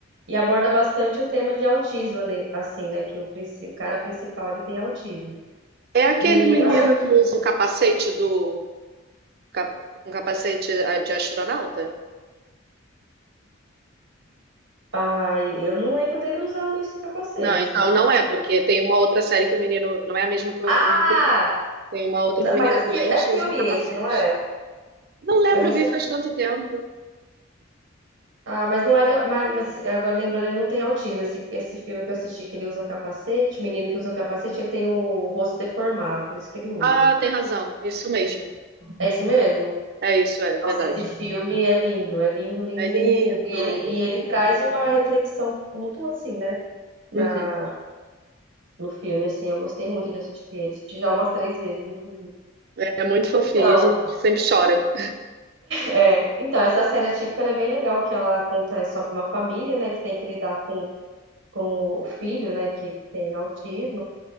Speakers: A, on the right; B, on the right.
A: e aborda bastante o tema de autismo, né? Assim, né? Que o, princi- o cara principal, ele tem autismo.
B: É aquele
A: E
B: menino
A: eu
B: que usa um capacete do. cap- Um capacete ah, de astronauta?
A: Ai, eu não lembro dele usando esse capacete.
B: Não, então não é, porque tem uma outra série que o menino. Não é a mesma que eu
A: Ah!
B: tô me referindo. Tem uma outra
A: Não,
B: que o
A: mas
B: menino
A: é,
B: é doente
A: fi- é filme
B: e usa um capacete.
A: esse, não é?
B: Não lembro,
A: Mas esse
B: vi
A: é.
B: faz
A: fi-
B: tanto tempo.
A: Ah, mas não é. de- Mas, mas agora lembrando, ele não tem autismo. Esse, esse filme que eu assisti, que ele usa um capacete, o menino que usa um capacete, ele tem o rosto deformado, por isso que ele usa.
B: Ah, tem razão. Isso mesmo.
A: É isso mesmo?
B: É isso, é verdade.
A: Nossa, esse filme é lindo, é lindo, lindo,
B: É lindo,
A: lindo, lindo. E ele,
B: muito
A: e
B: lindo.
A: ele traz uma reflexão muito assim, né?
B: Uhum.
A: Na, no filme, assim, eu gostei muito de assistir ele. Assisti já umas três vezes, inclusive.
B: É, é muito fofinho,
A: Então.
B: a gente sempre chora.
A: É, então, essa série atípica ela é bem legal, que ela conta a história de uma família, né, que tem que lidar com, com o filho, né, que ele tem autismo.